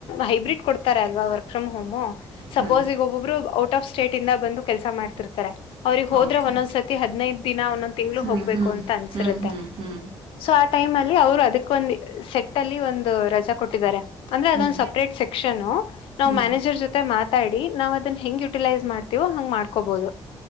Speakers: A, on the left; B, on the right.
A: ಹೈಬ್ರಿಡ್ ಕೊಡ್ತಾರ ಅಲ್ವಾ ವರ್ಕ್ ಫ್ರಮ್ ಹೋಮು ಸಪೋಸ್
B: ಹ್ಞೂ
A: ಈಗ ಒಬ್ಬೊಬ್ರು ಔಟ್ ಆಫ್ ಸ್ಟೇಟ್ ಇಂದ ಬಂದು ಕೆಲ್ಸ ಮಾಡ್ತಿರ್ತಾರೆ ಅವ್ರಗ್ ಹೋದ್ರೆ
B: ಓಕೆ
A: ಒಂದೊಂದ್ ಸತಿ ಹದ್ಿನೈದು ದಿನ ಒಂದೊಂದ್ ತಿಂಗ್ಳ
B: ಹ್ಞೂ
A: ಹೋಗ್ಬೇಕು
B: ಹ್ಞೂ
A: ಅಂತ ಅನ್ಸಿರುತ್ತೆ
B: ಹ್ಞೂ ಹ್ಞೂ ಹ್ಞೂ
A: ಸೊ ಟೈಮ್ ಅಲ್ಲಿ ಅವ್ರು ಅದಕ್ಕ ಒಂದು ಸೆಟ್ ಅಲ್ಲಿ ಒಂದು ರಜಾ ಕೊಟ್ಟಿದ್ದಾರೆ ಅಂದ್ರೆ
B: ಹ್ಞೂ
A: ಅದೊಂದು
B: ಹ್ಞೂ
A: ಸಪ್ರೇಟ್ ಸೆಕ್ಷನ್ ನಾವ್
B: ಹ್ಞೂ
A: ಮ್ಯಾನೇಜರ್ ಜೊತೆ ಮಾತಾಡಿ ನಾವ್ ಅದನ್ ಹೆಂಗ್ ಯುಟಿಲೈಸ್ ಮಾಡ್ತೀವೋ ಹಂಗ್ ಮಾಡ್ಕೊಬಹುದು